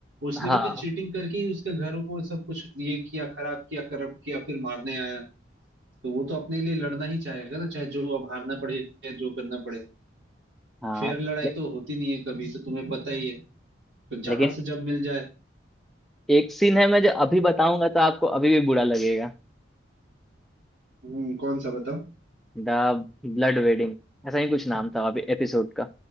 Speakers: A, on the right; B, in the centre.
A: उसने
B: हाँ
A: भी तो चीटिंग करके ही उसके घरों को सब कुछ ये किया खराब किया करप्ट किया फिर मारने आया तो वो तो अपने लिए लड़ना ही चाहेगा ना चाहे जो अब हारना पड़े या जो करना पड़े
B: हाँ
A: फेयर लड़ाई
B: ले,
A: तो होती नहीं है कभी तो तुम्हें पता ही है तो जहां
B: लेकिन
A: से जब मिल जाए
B: एक सीन है मैं जो अभी बताऊंगा तो आपको अभी भी बुरा लगेगा
A: हम्म, कौन सा बताओ
B: द ब्लड वेडिंग ऐसा ही कुछ नाम था एपिसोड का